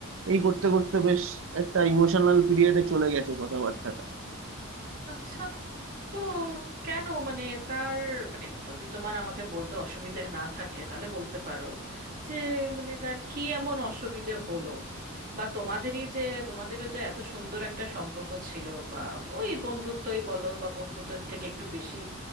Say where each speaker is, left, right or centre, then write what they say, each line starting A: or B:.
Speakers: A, on the right; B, on the right.
A: এই করতে করতে বেশ একটা ইমোশনাল পিরিয়ডে চলে গেছে কথাবার্তাটা
B: আচ্ছা তো কেন মানে তার মানে যদি তোমার আমাকে বলতে অসুবিধে না থাকে তাহলে বলতে পারো যে মানে তার কি এমন অসুবিধে হলো বা তোমাদেরই যে তোমাদেরও যে এত সুন্দর একটা সম্পর্ক ছিল বা ওই বন্ধুত্বই বলো বা বন্ধুত্বের থেকে একটু বেশি